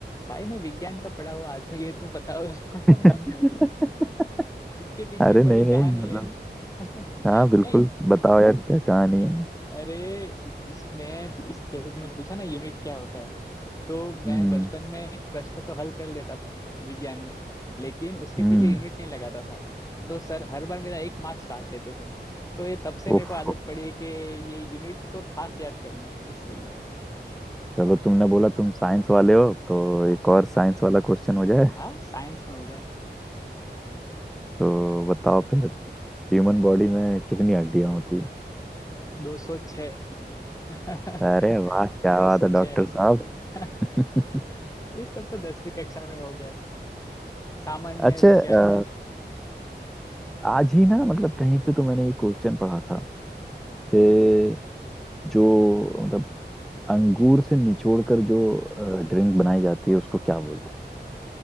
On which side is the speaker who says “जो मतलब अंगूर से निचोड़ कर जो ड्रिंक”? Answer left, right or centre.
Centre